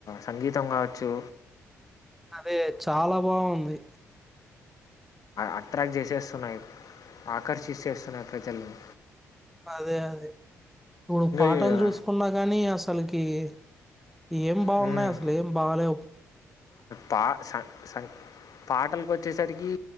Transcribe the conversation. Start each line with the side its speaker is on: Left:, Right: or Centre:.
Left: సంగీతం కావచ్చు
Centre: అదే చాలా బాగుంది
Left: అట్రాక్ట్ చేసేస్తున్నాయి ఆకర్షిస్తేస్తున్నాయి ప్రజలని
Centre: అదే ఇప్పుడు పాటలు
Left: యా
Centre: చూసుకున్నా గాని అసలుకి కే ఏం బాగున్నాయి
Left: హ్మ్.
Centre: అసలు ఏం బాలే
Left: పా స పాటలలకు వచ్చేసరికి